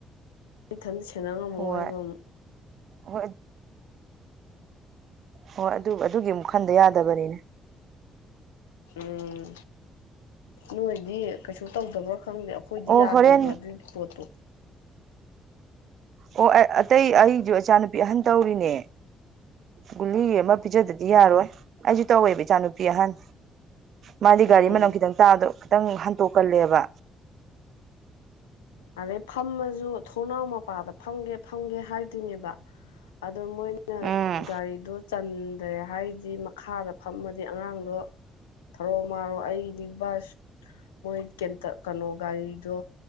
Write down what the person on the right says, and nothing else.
ꯍꯣꯏ
ꯍꯣꯏ ꯍꯣꯏ ꯑꯗꯨ ꯑꯗꯨꯒꯤ ꯈꯟꯗ ꯌꯥꯗꯕꯅꯤꯅꯦ
ꯑꯣ
ꯍꯣꯔꯦꯟ
ꯑꯣ ꯑꯇꯩ ꯑꯩꯁꯨ ꯏꯆꯥꯅꯨꯄꯤ ꯑꯍꯟ ꯇꯧꯔꯤꯅꯦ ꯒꯨꯂꯤ ꯑꯃ ꯄꯤꯖꯗꯗꯤ ꯌꯥꯔꯣꯏ ꯑꯩꯁꯨ ꯇꯧꯋꯦꯕ ꯏꯆꯥꯅꯨꯄꯤ ꯑꯍꯟ ꯃꯥꯗꯤ
ꯒꯥꯔꯤ ꯃꯅꯝ ꯈꯤꯇꯪ ꯇꯥꯗꯣ ꯈꯤꯇꯪ ꯍꯟꯇꯣꯛꯀꯜꯂꯦꯕ
ꯎꯝ